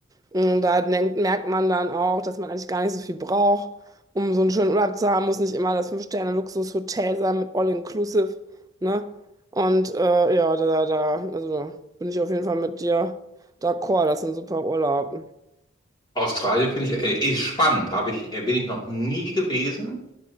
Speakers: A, on the right; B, on the left.
A: Und da denkt, merkt man dann auch, dass man eigentlich gar nicht so viel braucht, um so einen schönen Urlaub zu haben, muss nicht immer das Fünf-Sterne-Luxus-Hotel sein mit All-Inclusive, ne? Und äh, ja, da, da, also da bin ich auf jeden Fall mit dir d'accord, das ist ein super Urlaub.
B: Australien finde ich, äh, ist spannend. Habe ich, äh, bin ich noch nie gewesen.